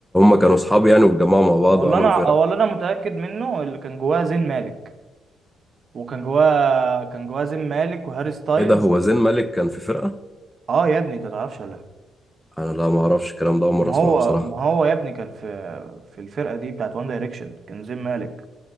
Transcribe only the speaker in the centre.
كانوا أصحاب يعني واتجمعوا مع بعض
وعملوا
فرقة
إيه ده هو زين مالك كان في فرقة؟
أنا لا ما أعرفش الكلام ده أول مرة
أسمعه
بصراحة